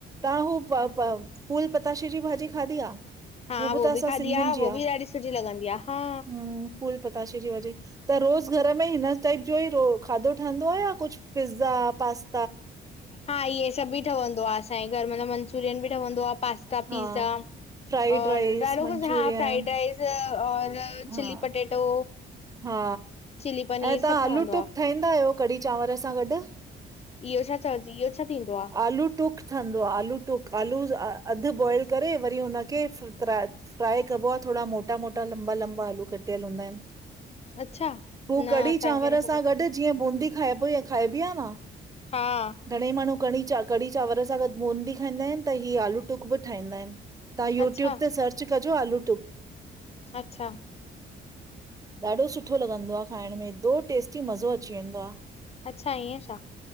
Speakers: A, on the right (about 15°); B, on the left (about 30°).
A: तव्हां हू प फूल पताशे जी भाॼी खाधी आ?
B: हा
A: हू बि
B: वो
A: त असां
B: ॿि खादी
A: सिंधियुनि
B: आ
A: जी
B: वो ॿि ॾाढी सुठी लॻंदी आ हा
A: हम्म फूल पताशे जी भाॼी त रोज़ घर में हिन टइप जो ही रोज खादो ठहंदो आ या कुछ पिज़्ज़ा पास्
B: हा इहे सब ॿि ठहंदो आ असांजे घर मतलब मंचुरियन ॿि ठहंदो आ पास्त ता पिज़्ज़ा
A: हा फ्राइड
B: और
A: राइस,
B: ॾाढो
A: मंचूरियन
B: कुछ हा फ्राइड राइस। त और
A: हा
B: चिल्ली पटेटो
A: हा
B: चिली पनीर
A: ऐं
B: सभ
A: तव्हां
B: ठवंदो
A: आलू टुक
B: आ,
A: ठाहींदा आहियो कढ़ी चांवंर सां गॾु?
B: इहो छा चवज इहो छा थींदो आ?
A: आलू टुक ठंन्दो आ आलू टुक आलू ज़ अधु बॉइल करे वरी हुनखे फिराए। फ्राए कॿो आ थोड़ा मोटा मोटा लंबा लंबा आलू कटियल हुंदा इनि।
B: अच्छा
A: हू
B: न
A: कड़ी
B: असांखे
A: चांवर
B: न ख़बर,
A: सां गॾु जीअं बूंदी खाइॿो आ खाइॿी आ न
B: हा
A: घंणंई माण्हूँ कड़ी चा कड़ी चावर सां गॾु बूंदी खाईंदा हिनि त ही आलू टुक ॿि ठाहींदा ईन। तहां यूट्यूब
B: अच्छा
A: ते सर्च कजो आलू टुक।
B: अच्छा
A: ॾाढो सुठो लॻंदो आ खाइंण में एॾो टेस्टी मज़ो अची वेंदो आ।
B: अच्छा ईअं छा